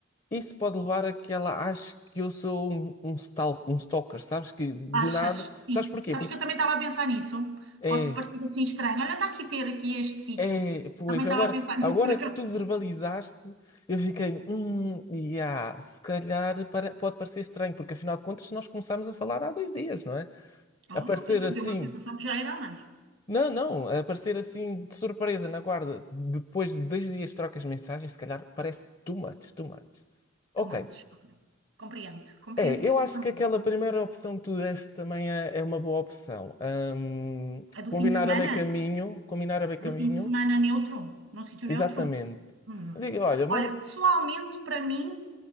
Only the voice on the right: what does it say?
Achas?
Sim.
Sabes
que eu também estava a pensar nisso.
Pode-se parecer assim estranho. Olha, dá aqui ter aqui este sítio.
Também estava
a pensar
<laughs> nisso por acaso.
Oh,
pensa-
deu uma sensação que já era a mais.
Tomates. Compreendo, compreendo
perfeitamente.
A do
fim de semana?
A do fim de semana neutro? Num sítio
neutro? Hum.
Olha, pessoalmente, para mim,